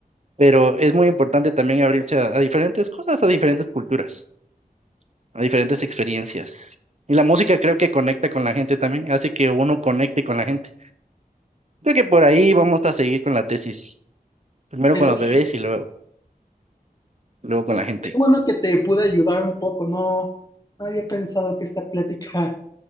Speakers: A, on the right; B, on the left.
A: Pero es muy importante también abrirse a, a diferentes cosas, a diferentes culturas, a diferentes experiencias. Y la música creo que conecta con la gente también, hace que uno conecte con la gente. Creo que por ahí vamos a seguir con la tesis. Primero
B: Eso
A: con los
B: sí,
A: bebés y luego, luego con la gente.
B: es bueno que te pude ayudar un poco, no, no había pensado que esta plática